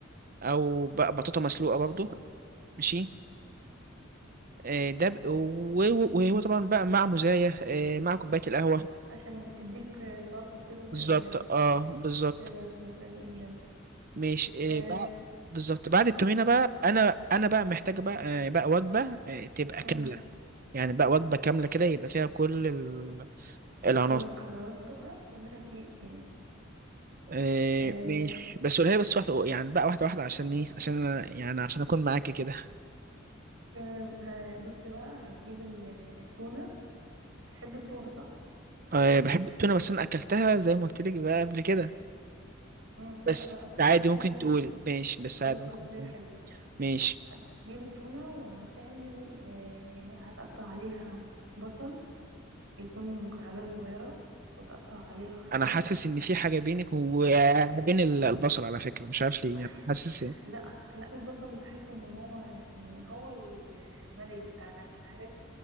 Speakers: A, on the right; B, on the right.
A: او بقى بطاطا مسلوقة برضو ماشي آه، ده ب- و- و- وهو طبعا بقى مع مزايا آه، مع كوباية القهوة
B: عشان تديك آه، طاقه وكده وتقدر
A: بالظبط اه بالظبط
B: تقدر تروح الجيم
A: ماشي
B: آه،
A: آه، بقى بالظبط بعد التمرينة بقى
B: بص
A: انا انا بقى محتاج بقى آه، بقى وجبة آه، تبقى
B: امم
A: كاملة يعني بقى وجبة كاملة كده يبقى فيها كل ال- العناصر
B: هقول لك على وجبة تعملها في دقيقتين
A: إيه
B: آه
A: ماشي بس قولها لي بس واحدة يعني بقى واحدة واحدة عشان ايه عشان أنا يعني عشان أكون معاكي كده
B: تمام. ه- بصي بقى هتجيب ال- التونة بتحب التونة صح؟
A: إيه بحب التونة بس أنا أكلتها زي ما قلت لك بقى قبل كده
B: امم لا
A: بس
B: بقى الت-
A: عادي
B: التونة
A: ممكن تقولي
B: دي
A: ماشي بس
B: هقول
A: عادي
B: لك بقى
A: ممكن
B: طريقة
A: تقولي
B: حلوة
A: ماشي
B: هتجيب التونة وهتعمل آه هتقطع عليها بصل يكون مكعبات صغيرة وتقطع عليها خيار
A: أنا حاسس إن في حاجة بينك وبين ال- البصل على فكرة مش عارف
B: <laughs>
A: ليه يعني حاسس
B: لا لا البصل بحس ان هو يعني هو ال- الملك بتاع الاكل عارف